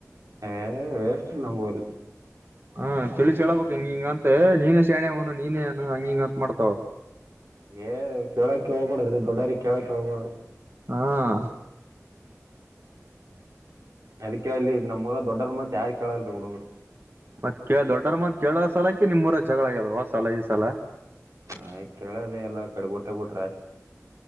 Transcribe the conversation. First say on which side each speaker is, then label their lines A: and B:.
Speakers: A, on the right; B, on the right.
A: ಹ ವೇಸ್ ನಂಬೋದು
B: ಹಾ ತಿಳಿಸಿಸಿ ಹೇಳಳ್ಬೇಕಕ್ ಹಿಂಗ ಹಿಂಗ ಅಂತೆ ನೀನೇ ಶಣೆ ಅವನು ನೀನೇನು ಹಂಗ ಹಿಂಗ ಅಂತ ಮಾಡ್ತಾವ
A: ಏ ಕೇಳಕ್ಕೆ ಹೋಗ್ಬ ಮಾಡಡುದ್ರಿ ದೊಡ್ಡಾರಿ ಕೇಳಕ್ಕೆ ಹೋಗ್ಬ ಮಾಡಡ್
B: ಹ್ಮ
A: ಅದಕ್ಕೆಲ್ಲಿ ನಮ್ಮ್ೂಊರ ದೊಡ್ಡರ ಮತ್ ಯಾರ ಕೇಳಲ್ರಿ ಹುಡುಗರು
B: ಮತ್ ಕ ದೊಡ್ಡರ ಮತ್ ಳ ಸಾಲಕಿ ನಿಮ್ೂಊರ ಜಗಳ ಆಗ್ಯದ ಆ ಸಲ ಈ ಸಲ
A: ಆ ಕೇಳದ ಎಲ್ಲ ಕಡೆ ಬುಟ್ಟ ಬಿಟ್ರ